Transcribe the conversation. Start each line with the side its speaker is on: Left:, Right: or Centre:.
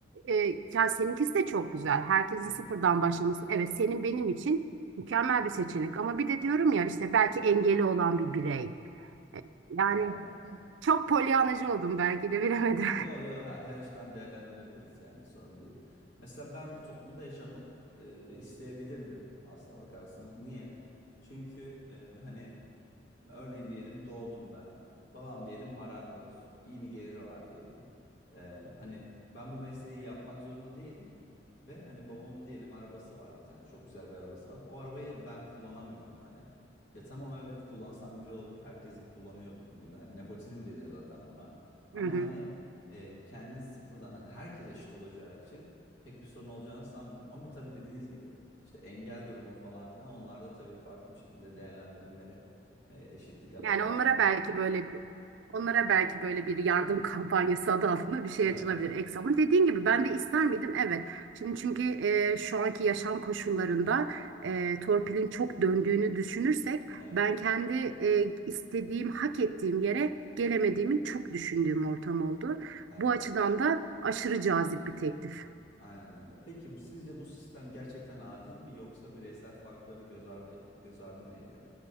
Right: E, ya seninkisi de çok güzel. Herkesin
Left: Hı hı.
Right: sıfırdan başlaması. Evet, senin benim için mükemmel bir seçenek. Ama bir de diyorum ya işte belki engeli olan bir birey. E, yani
Left: Evet.
Right: çok polyanacı oldum belki de bilemedim.
Left: Yo yo her, her açıdan değerlendirebiliriz yani sorun değil. Mesela ben bu toplumda yaşamak e, isteyebilirdim aslına bakarsanız. Niye? Çünkü e, hani Örneğin diyelim doğdum ben. Babam diyelim marangoz. İyi bir geliri var diyelim. Ee, hani ben bu mesleği yapmak zorunda değilim. Ve hani babamın diyelim arabası var bir tane. Çok güzel bir arabası var. O arabayı ben kullanamıyorum hani. Ya tamam evet kullansam güzel olur. Herkes de kullanıyor bu- bugün. de. Hani nepotizm deniyor zaten buna. Ama
Right: <laughs>
Left: hani e, kendin sıfırdan hani herkes eşit olacağı için pek bir sorun olacağını sanmıyorum. Ama tabii dediğiniz gibi işte engel durumu falan filan onlar da tabii farklı bir şekilde değerlendirilmeli. E, eşitlik, adalet
Right: Yani onlara
Left: falan.
Right: belki böyle bir onlara belki böyle bir yardım <laughs> kampanyası adı altında bir şey
Left: Evet,
Right: açılabilir Eksa. Ama dediğin gibi ben de ister miydim? Evet. Şimdi çünkü e, şu anki yaşam koşullarında e, torpilin çok döndüğünü düşünürsek
Left: evet,
Right: ben kendi e, istediğim, hak ettiğim yere gelemediğimi çok düşündüğüm ortam oldu.
Left: evet.
Right: Bu açıdan da aşırı cazip bir teklif.
Left: Aynen öyle. Peki sizce bu sistem gerçekten adil mi yoksa bireysel farkları göz ardı, göz ardı mı ediyor?